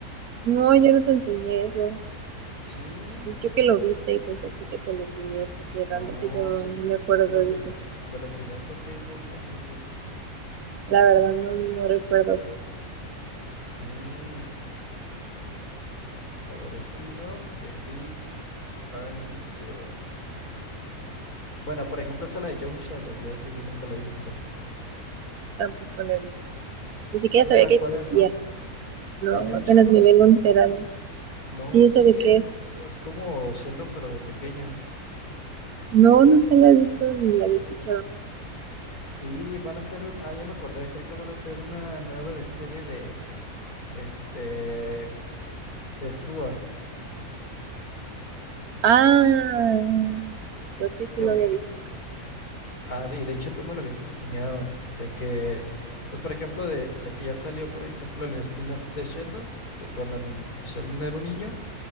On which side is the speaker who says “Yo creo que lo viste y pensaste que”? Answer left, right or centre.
Right